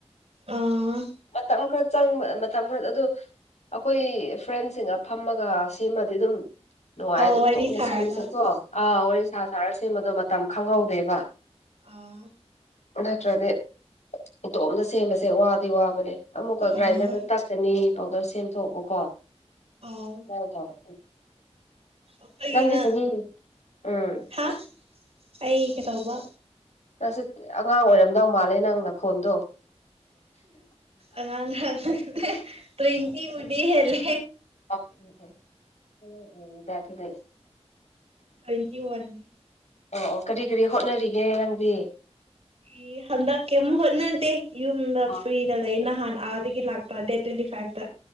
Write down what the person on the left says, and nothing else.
ꯃꯇꯝ ꯈꯔ ꯆꯪꯕ ꯃꯇꯝ ꯈꯔꯗ ꯑꯗꯨ ꯑꯩꯈꯣꯏ ꯐ꯭ꯔꯦꯟꯁꯤꯡꯒ ꯐꯝꯃꯒ ꯁꯤꯃꯗꯤ ꯑꯗꯨꯝ ꯅꯨꯡꯉꯥꯏꯗꯣꯇꯣꯛꯅ
ꯁꯦꯝꯂꯨꯁꯦꯀꯣ ꯑꯥ ꯋꯥꯔꯤ ꯁꯥ ꯁꯥꯔ ꯁꯦꯝꯕꯗꯣ ꯃꯇꯝ ꯈꯪꯍꯧꯗꯦꯕ
ꯅꯠꯇ꯭ꯔꯗꯤ ꯏꯇꯣꯝꯇ ꯁꯦꯝꯕꯁꯦ ꯋꯥꯗꯤ ꯋꯥꯕꯅꯦ ꯑꯃꯨꯛꯀ
ꯒ꯭ꯔꯥꯏꯟꯗꯔꯗ ꯇꯛꯀꯅꯤ ꯄꯥꯎꯗꯔ ꯁꯦꯝꯗꯣꯛꯕꯀꯣ
ꯁꯃꯥꯏꯅ ꯇꯧꯋꯦ
ꯅꯪꯗꯤ ꯆꯍꯤ ꯎꯝ
ꯅꯁꯤ ꯑꯉꯥꯡ ꯑꯣꯏꯔꯝꯗꯧ ꯃꯥꯜꯂꯦ ꯅꯪ ꯅꯈꯣꯟꯗꯣ
ꯎꯝ ꯎꯝ ꯎꯝ ꯎꯝ ꯆꯗꯗꯦ
ꯑꯣ ꯀꯔꯤ ꯀꯔꯤ ꯍꯣꯠꯅꯔꯤꯒꯦ ꯅꯪꯗꯤ
ꯑꯣ